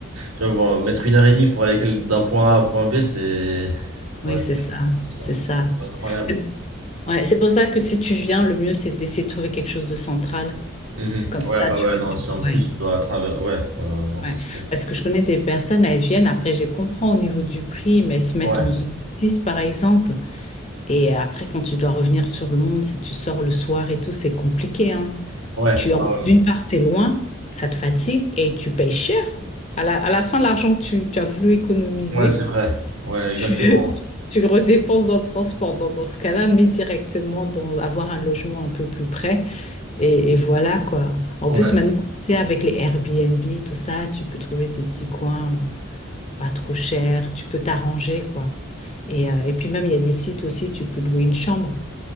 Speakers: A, on the right; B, on the left.
A: tu vois, voir- mettre une heure et demie pour aller quel- d'un point A à un point B, c'est.
B: oui,
A: Ouais,
B: c'est
A: c'est
B: ça,
A: c'est
B: c'est
A: un truc-
B: ça.
A: c'est incroyable.
B: C'est- Ouais, c'est pour ça que si tu viens, le mieux, c'est d'essayer de trouver quelque chose de central.
A: Mhm.
B: Comme
A: Ouais,
B: ça,
A: bah
B: tu
A: ouais,
B: vois,
A: non,
B: c'est...
A: si en plus,
B: Ouais,
A: je dois travers. Ouais, ouais, ouais, non, c'est
B: ouais.
A: sûr.
B: Parce que je connais des personnes, elles viennent, après, je les comprends au niveau du prix, mais elles se mettent
A: Ouais,
B: en zone 6, par exemple. Et après, quand tu dois revenir sur Londres, si tu sors le soir et tout, c'est compliqué, hein.
A: ouais,
B: Tu,
A: bah
B: en-
A: ouais.
B: d'une part, t'es loin, ça te fatigue et tu payes cher. À la, à la fin, l'argent que tu, tu as voulu économiser,
A: Ouais, c'est vrai. Ouais, exactement.
B: tu, <laughs> tu le redépenses dans le transport. Dans, dans ce cas-là, mais directement dans avoir un logement un peu plus près. Et, et voilà quoi. En
A: Ouais,
B: plus, maintenant, tu sais, avec les Airbnb, tout ça, tu peux trouver des petits coins euh, pas trop chers. Tu peux t'arranger quoi. Et, euh, et puis même, il y a des sites aussi, tu peux louer une chambre.